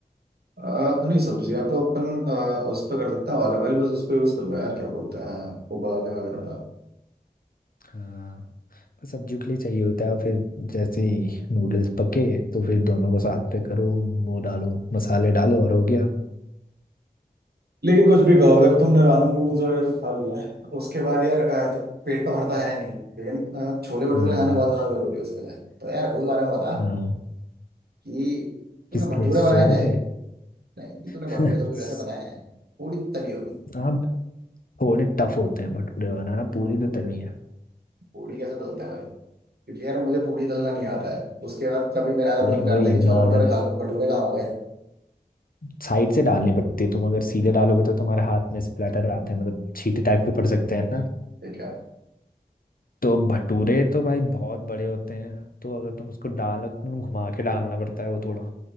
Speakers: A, on the right; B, on the left.
A: अ, नहीं सब्जियां तो अपन अ, उस पर कर सकते हैं ऑलिव ऑयल बस उस पर यूज कर लो यार क्या बोलते हैं उबालने वगैरह का
B: हाँ पर सब्जियों के लिए चाहिए होता है और फिर जैसे ही नूडल्स पके तो फिर दोनों को साथ पे करो वो डालो मसाले डालो और हो गया
A: लेकिन कुछ भी कहो अगर तुमने रामेन नूडल्स वगैरह भी खा लिया है उसके बाद यार अ, पेट तो भरता है नहीं लेकिन अ, छोले भटूरे
B: हाँ
A: खाने बहुत ज्यादा जरूरी है उसके लिए तो यार उस बारे में बता
B: हाँ
A: कि तूने
B: किसके
A: भटूरे
B: सोनू
A: बनाए थे
B: के
A: नहीं कि तूने
B: <laughs>
A: भटूरे कभी वैसे बनाए हैं पूड़ी तली होगी
B: आप थोड़े टफ होते हैं भटूरे बनाना पूरी तो तली है
A: पूड़ी कैसे तलता है भाई क्योंकि यार मुझे पूड़ी तलना नहीं आता है उसके बाद कभी मेरा अगर
B: पूरी
A: मन
B: वही
A: करता है कि छोले
B: नॉर्मल
A: भटूरे खा लूं भटूरे कहाँ आ
B: साइड से डालनी पड़ती है तुम अगर सीधे डालोगे तो तुम्हारे हाथ में स्प्लैटर आते हैं मतलब छींटे टाइप के पड़ सकते हैं
A: गए
B: तो भटूरे तो भाई बहुत बड़े होते हैं तो अगर तुम उसको डालो तुम घुमा के डालना पड़ता है वो थोड़ा